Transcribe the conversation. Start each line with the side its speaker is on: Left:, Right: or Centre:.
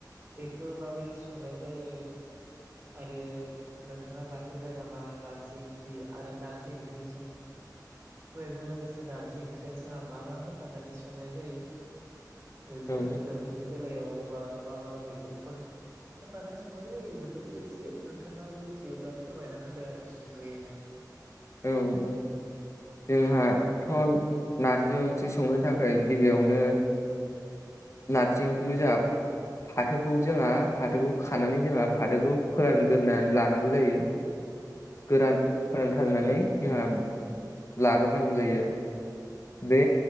Right: बेखो माबोरै संनाय जायो आरो नोंथांङा जाफेरबाय नामा नार्जि ओंख्रि आरो नार्जि ओंख्रि सं बैजों लोगोसे नार्जि ओंख्रियाव जोंहा मा मा होफानानै सं नाय जायो ओ जो
Left: औ
Right: बेदरफोरनि बेलायाव बा मा मा मैगंफोर होफाना संनाय जायो बेफोरखो एसे नोंथांङा मिथियोब्ला फोरमायना होदो आरो सुंद'यैनो
Left: औ औ जोंहा थ' नार्जि ओंख्रि संनो थाखोय गिबियावनो नार्जि ओंख्रिखौ जाहा फाथोखौ जोंहा फाथोखौ खानानै जोंहा फाथोखौ फोरानग्रोनान लानांगौ जायो गोरान थांनानै जोंहा लाग्रोनांगौ जायो बे